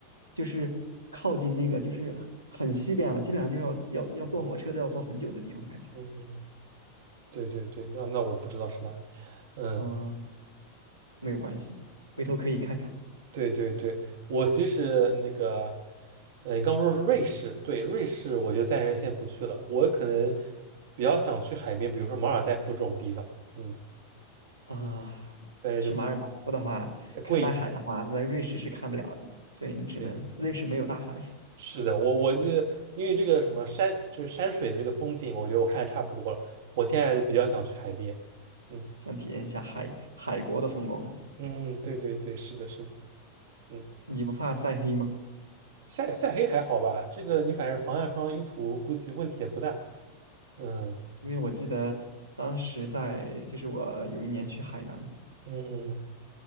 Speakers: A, on the right; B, on the right.
A: 就是靠近那个就是很西边了，基本上就要要要坐火车都要坐很久的地方，
B: 嗯
A: 感觉。
B: 嗯嗯，对对对，那那我不知道是哪里。嗯。
A: 嗯、没有关系，回头可以看看。
B: 对对对，我其实那个，嗯，你刚说是瑞士，对，瑞士我就暂时先不去了，我可能比较想去海边，比如说马尔代夫这种地方，嗯，
A: 啊、
B: 但是就
A: 去马尔代夫的话，
B: 再贵一点。
A: 看大海的话，在瑞士是看不了的，所以你只能瑞士没有大海，
B: 对对，是的，我我就因为这个什么山，就是山水的这个风景，我觉得我看差不多了，我现在比较想去海边。嗯
A: 想体验一下海海国的风光。
B: 嗯嗯，对对对，是的，是的，嗯，
A: 你不怕晒黑吗？
B: 晒晒黑还好吧，这个你反正防晒霜一涂，估计问题也不大。嗯
A: 因为我记得当时在，就是我有一年去海南，
B: 嗯嗯嗯